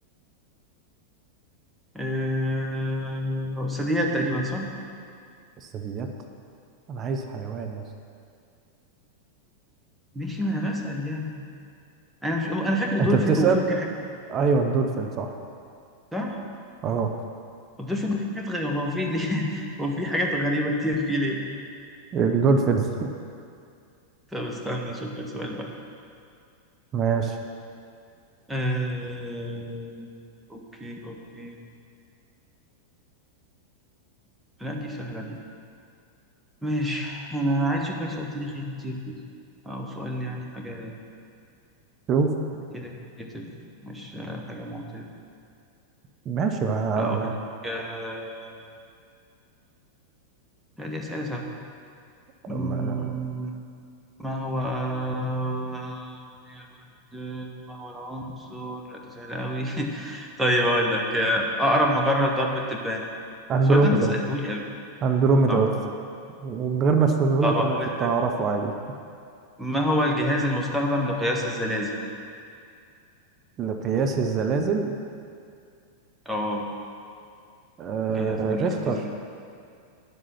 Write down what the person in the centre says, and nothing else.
<laughs> أه... ثدييات تقريبا صح؟
ماشي ما أنا بسأل يعني أنا مش أنا فاكر دولفين
وفاكر حاجة تانية
صح؟
الدولفين ده في حاجات غريبة هو في ليه <laughs> هو في حاجات غريبة كتير فيه ليه؟
طب استنى أشوف لك سؤال بقى
أه... أوكي أوكي لا دي سهلة دي ماشي أنا عايز أشوف لك سؤال تاريخي لطيف كده أو سؤال يعني حاجة
كده كده مش حاجة معتمدة
أقول لك آه، لا دي أسئلة سهلة مم،
ما هو آه، هي الوحدة ما هو العنصر لا ده سهل أوي <laughs> طيب أقول لك آه، أقرب مجرة لدرب التبانة
السؤال ده أنت سألته لي قبل كده
صح
طب أقول
لك
ما هو الجهاز المستخدم لقياس الزلازل
أه
جهاز بنقيس
بيه الزلازل